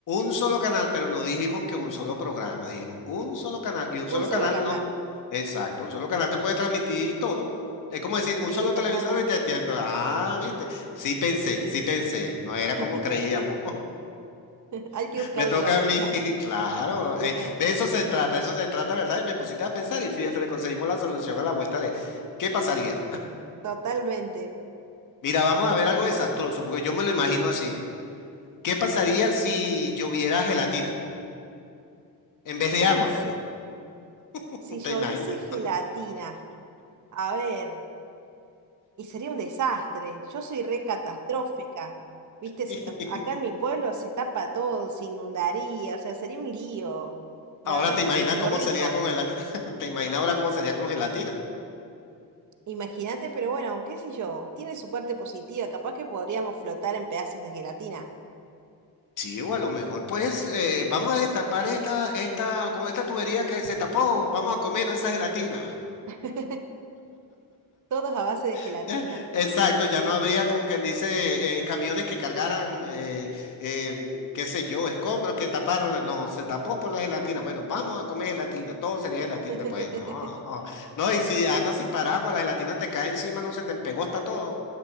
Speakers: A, on the left; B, on the right.
A: un solo canal, pero no dijimos que un solo programa, dijimos un solo canal. Y un solo
B: un solo
A: canal
B: canal.
A: no. Exacto, un solo canal te puede transmitir todo. Es como decir,
B: Sí,
A: un solo
B: totalmente.
A: televisor y te tiene todo. Ah, viste. Sí pensé,
B: Sí, sí,
A: sí
B: sí,
A: pensé.
B: sí.
A: No era
B: <laughs>
A: como creíamos.
B: Hay que buscarle
A: Me toca
B: la vuelta.
A: a mí, <laughs> claro.
B: Dime,
A: eh, de eso se trata, eso se trata, ¿verdad? Y me pusiste a pensar y fíjate, le conseguimos la solución a la vuelta de ¿qué pasaría?
B: totalmente.
A: Mira, vamos a ver algo desastroso, porque yo me lo imagino así. ¿Qué pasaría si lloviera gelatina en vez de
B: Uy,
A: agua,
B: sí.
A: pues? <laughs>
B: Si yo
A: ¿Te imaginas?
B: hice gelatina, a ver, y sería un desastre. Yo soy re catastrófica. Viste, se
A: <laughs>
B: tap- acá en mi pueblo se tapa todo, se inundaría, o sea, sería un lío. La
A: Ahora
B: verdad
A: te
B: que
A: imaginas
B: sí, pero
A: cómo
B: rico.
A: sería con gelatina. <laughs> ¿Te imaginas ahora cómo sería con gelatina?
B: Imagínate, pero bueno, qué sé yo, tiene su parte positiva, capaz que podríamos flotar en pedazos de gelatina.
A: Sí, o a lo mejor, pues, eh, vamos a destapar esta, esta, como esta tubería que se tapó, vamos a comer ¿no? esa gelatina.
B: <laughs> Todos a base de gelatina.
A: <laughs> Exacto, ya no habría como quien dice eh, camiones que cargaran, eh, eh, qué sé yo, escombros que taparon, la- no, se tapó por la gelatina. Bueno, vamos a comer gelatina, todo sería gelatina.
B: <laughs>
A: te- Pues no, <laughs> no, y si andas sin paraguas, la gelatina te cae encima, no se te empegó, está todo.